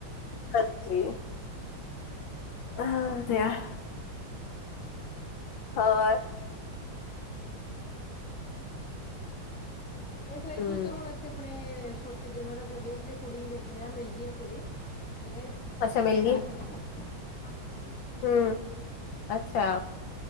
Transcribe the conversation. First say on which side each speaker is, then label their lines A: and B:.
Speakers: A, in the centre; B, on the left.
A: ਫੇਰ
B: ਹਾਂਜੀ
A: ਆਵਾਂਗੇ ਅਸੀਂ ਵੀ।
B: ਹ ਵਧ।
A: ਹਾਂ।
B: ਹੋਰ।
A: ਇਹ ਸਾਰੇ
B: ਹੂੰ
A: ਠੀਕ ਹੈ ਹੁਣ ਅਸੀੇ ਆਪਣੇ। ਛੋਟੇ ਜ ਮਤਲਬ ਵੇਖ ਰਹੀ ਕੁੜੀ ਵੀ ਵੇਖ ਰਹਾ ਮਿਲ ਗਈ ਆ ਕੁੜੀ ਫਿਰ ਛੇਤੀ -ਛੇਤੀ
B: ਅੱਛਾ ਮਿਲ
A: ਵਿਆਹ
B: ਗਈ
A: ਕਰ ਹਾਂਜੀ।
B: ਹੂੰ ਅੱਛਾ।